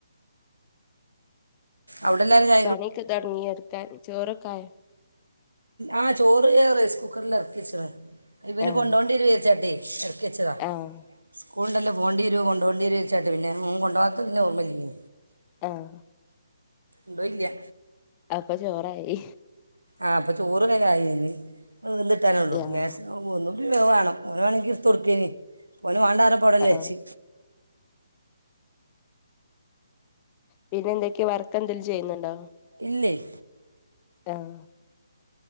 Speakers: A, on the right; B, on the left.
A: അവിടെല്ലാരു
B: പണിയൊക്കെ തൊടങ്ങൊയൊ ഇട്ക്കാൻ ചോറൊക്കായൊ
A: ആ ചോറ് റൈസ് കുക്കറിൽ എറക്കി വച്ചതാ ഇവന്
B: ആഹ്
A: കൊണ്ടോണ്ടിനു വിചാരിച്ചാട്ടേയ് എറക്കി വെച്ചതാ
B: ആഹ്
A: സ്കുൾ ണ്ടല്ലൊ പൊണ്ടിരൊ കൊണ്ടൊണ്ടിയരൊ ചാരിച്ചാട്ട് ഓൻ കൊണ്ടൊ കാത്ത പിന്നെ ഒർമ ഇല്ല്യനി
B: ആഹ്‌
A: ണ്ടൊയില്ല്യ
B: അപ്പൊ ചോറായി
A: ആഹ് അപ്പം ചോറ്ങ്ങട്ട് ആയിവര്ന് അത് വെത്ന്ട്ടനൊള്ളു
B: ആഹ്
A: മേസ ഒന്നുടിം വേവാണം ഓൻ മാണകിൽ ഇട്തൊട്ക്കേനി ഓൻ മാണ്ടർഞ്ഞപ്പൊ അവിടെതന്നെ
B: ആഹ്
A: വെച്ച്
B: പിന്നെ എന്തൊക്കെയാ വർക്ക് എന്തെലും ചെയ്യുന്നുണ്ടോ
A: ഇല്ലേയ്
B: ആഹ്